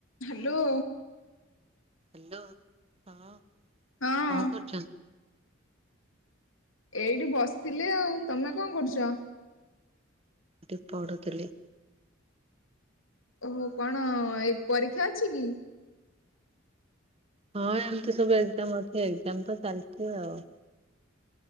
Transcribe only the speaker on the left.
Hello.
ହଁ
ଏଇଠି ବସିଥିଲି ଆଉ ତମେ କଣ କରୁଛ?
ଓହୋ କଣ ଏଇ ପରୀକ୍ଷା ଅଛି କି?